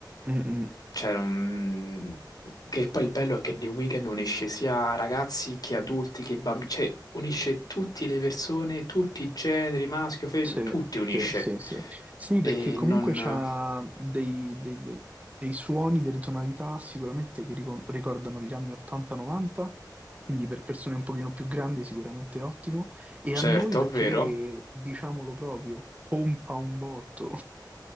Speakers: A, on the right (about 20°); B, on the left (about 60°).
A: Mm, mm.
B: Cioè, non- che poi il bello è che The Weeknd unisce sia ragazzi che adulti che bambini, cioè unisce tutte le persone, tutti i generi, maschio, femmina,
A: Sì,
B: tutti unisce.
A: sì, sì, sì. Sì,
B: E
A: perché comunque
B: non...
A: c'ha dei, dei- dei- dei suoni, delle tonalità sicuramente che ricor- ricordano gli anni 80-90, quindi per persone un pochino più grandi sicuramente è ottimo, e
B: Certo,
A: a noi perché,
B: vero?
A: diciamolo proprio, pompa un botto.